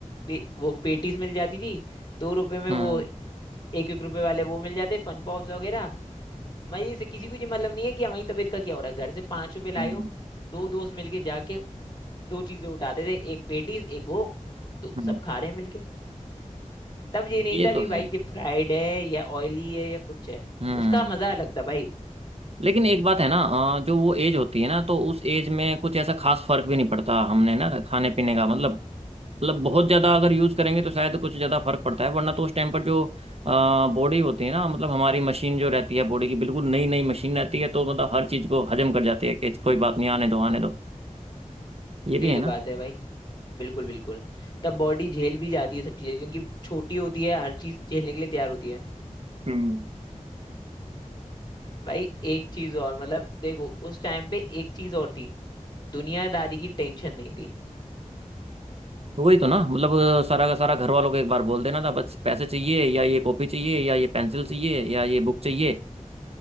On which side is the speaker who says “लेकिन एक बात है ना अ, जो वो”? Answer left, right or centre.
Right